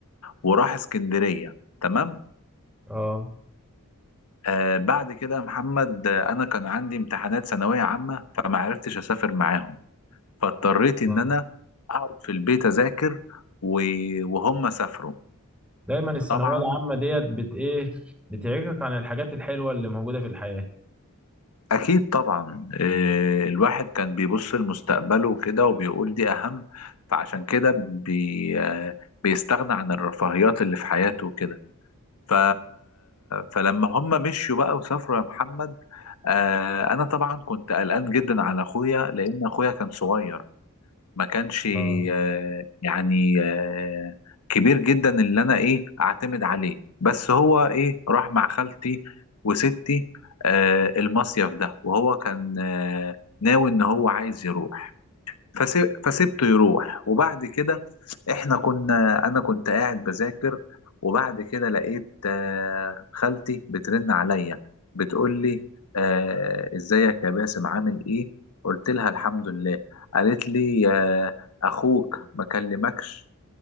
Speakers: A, on the left; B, in the centre.
A: وراح اسكندرية تمام
B: اه
A: آه بعد كده يا محمد آه، انا كان عندي امتحانات ثانوية عامة فما عرفتش اسافر معاهم فاضطريت ان
B: اه
A: انا اقعد في البيت اذاكر و- وهم سافروا
B: دايما الثانويه
A: طبعا
B: العامه ديت بت ايه بتعيقك عن الحاجات الحلوه اللي موجوده في الحياه
A: أكيد طبعا إيه، الواحد كان بيبص لمستقبله وكده وبيقول دي أهم فعشان كده بي آه، بيستغنى عن الرفاهيات اللي في حياته وكده ف... فلما هم مشوا بقى وسافروا يا محمد آه، أنا طبعا كنت قلقان جدا على أخويا لأن أخويا كان صغير ما كانش
B: اه
A: آه، يعني آه، كبير جدا اللي انا ايه اعتمد عليه بس هو ايه راح مع خالتي وستي آه، المصيف ده وهو كان آه، ناوي ان هو عايز يروح فسي- فسيبته يروح وبعد كده احنا كنا انا كنت قاعد بذاكر وبعد كده لقيت آه، خالتي بترن عليا بتقول لي آه، ازيك يا باسم عامل ايه قلت لها الحمد لله قالت لي آه، اخوك ما كلمكش